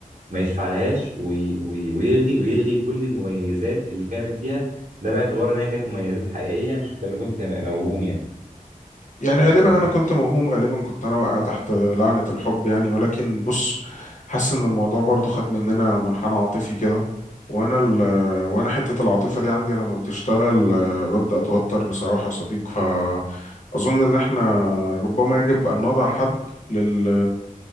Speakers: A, on the right; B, on the left.
A: ما يشفعلهاش وي- وي- ويلغي ويلغي كل المميزات اللي كانت فيها ده باعتبار ان هي كانت مميزات حقيقية مش انت اللي كنت موهوم يعني
B: يعني غالبا
A: تمام
B: انا كنت موهوم غالبا كنت انا واقع تحت لعنة الحب يعني ولكن بص حاسس ان الموضوع برضو خد مننا منحنى عاطفي كده وانا ال وانا حتة العاطفة دي عندي لما بتشتغل آه، ببدأ اتوتر بصراحة يا صديق فاظن ان احنا ربما يجب ان نضع حد لل